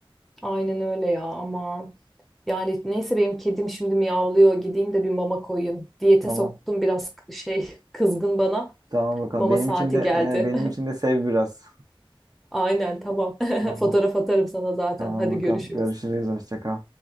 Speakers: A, in the centre; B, on the right.
A: Aynen öyle ya ama yani neyse benim kedim şimdi miyavlıyor gideyim de bir mama koyayım. Diyete
B: Tamam.
A: soktum biraz şey <laughs> kızgın bana.
B: Tamam bakalım.
A: Mama
B: Benim
A: saati
B: için de
A: geldi.
B: e, benim için de sev biraz.
A: <laughs> Aynen tamam. <laughs>
B: Tamam.
A: Fotoğraf atarım sana zaten.
B: Tamam
A: Hadi
B: bakalım.
A: görüşürüz.
B: Görüşürüz. Hoşça kal.